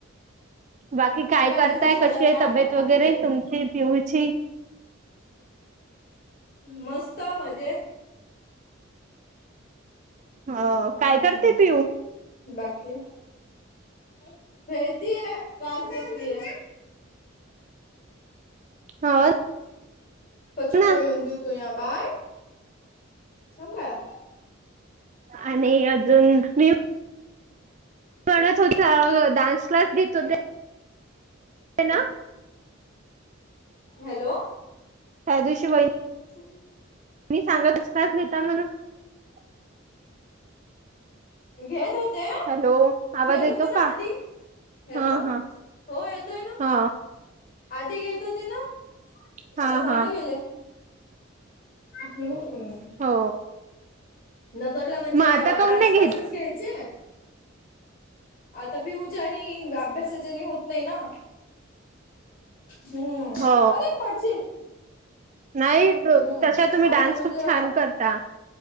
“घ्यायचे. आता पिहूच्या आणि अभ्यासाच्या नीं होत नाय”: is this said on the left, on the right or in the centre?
Left